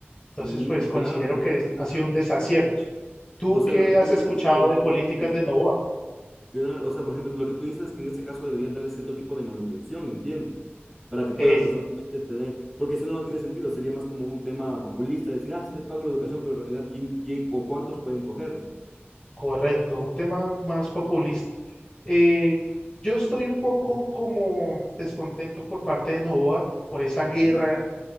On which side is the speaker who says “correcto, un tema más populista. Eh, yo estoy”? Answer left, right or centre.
Left